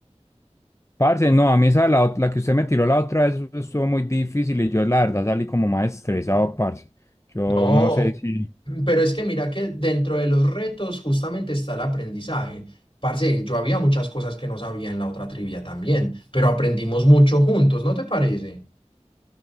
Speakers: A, on the left (about 25°); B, on the left (about 50°).
A: Parce, no, a mí esa, la, ot- la que usted me tiró la otra vez eso estuvo muy difícil y yo la verdad salí como más estresado, parce. Yo
B: No,
A: no sé si...
B: mm, pero es que mira que dentro de los retos justamente está el aprendizaje. Parce, yo había muchas cosas que no sabía en la otra trivia también, pero aprendimos mucho juntos, ¿no te parece?